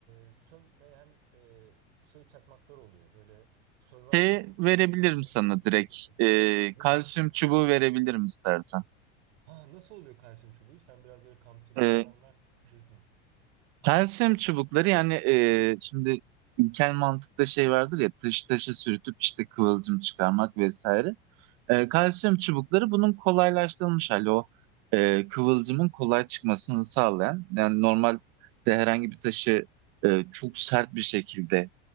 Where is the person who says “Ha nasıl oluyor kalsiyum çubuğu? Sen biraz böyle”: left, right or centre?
Right